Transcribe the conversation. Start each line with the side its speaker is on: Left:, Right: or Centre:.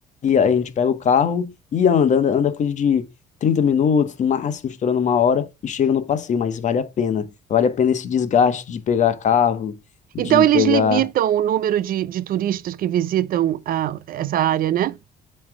Left: a gente pega o carro e anda, anda, anda coisa de 30 minutos, no máximo, estourando uma hora, e chega no passeio, mas vale a pena. Vale a pena esse desgaste de pegar carro, de
Right: Então eles
Left: pegar
Right: limitam o número de, de turistas que visitam ah, essa área, né?